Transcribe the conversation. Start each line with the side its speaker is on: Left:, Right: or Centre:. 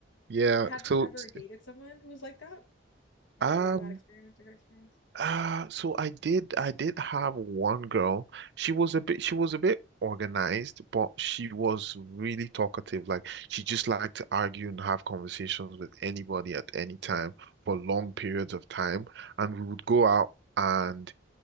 Right: Yeah.
Left: Have
Right: So,
Left: you ever
Right: t-
Left: dated someone who was like that? And
Right: um,
Left: it was a bad experience or good experience?
Right: Uh, so I did I did have one girl. She was a bit she was a bit organized, but she was really talkative. Like she just liked to argue and have conversations with anybody at any time for long
Left: Mm.
Right: periods of time. And we would go out and